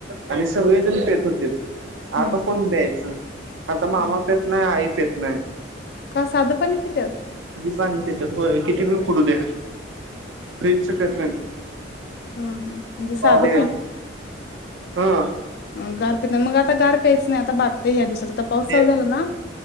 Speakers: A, on the right; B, on the left.
A: आणि सगळेजण पेत होते
B: हम्म
A: आता
B: हम्म
A: कोण द्यायचं आता मामा
B: हम्म
A: प
B: हम्म.
A: येत नाही आई प येत नाही
B: का साधं पाणी पितत
A: पण त्यात किती करू दे फ्रीजच पेत नाहीत
B: ह म्हणजे साधं
A: ते हा
B: अ गार <unintelligible> मग आता गार काहीच नाही आता बातते ह्या दिवसात आता पाऊस
A: दे
B: चालू झाला ना